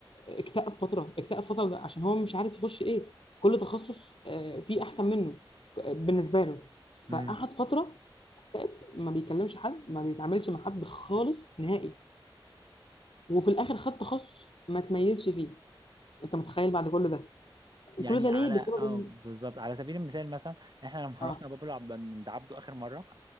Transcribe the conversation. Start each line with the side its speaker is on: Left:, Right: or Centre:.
Left: اكتئب فترة اكتئب فترة ده عشان هو مش عارف يخش ايه كل تخصص آه، فيه احسن منه آه، بالنسبة له
Right: امم
Left: فقعد فترة مكتئب ما بيكلمش حد ما بيتعاملش مع حد خالص نهائي وفي الاخر خد تخصص ما تميزش فيه انت متخيل بعد كل ده وكل
Right: يعني
Left: ده
Right: على
Left: ليه بسبب
Right: اه
Left: ان
Right: بالظبط على سبيل المثال مثلا احنا لما <laughs> رحنا
Left: اه
Right: بابلو عبد عند عبده اخر مره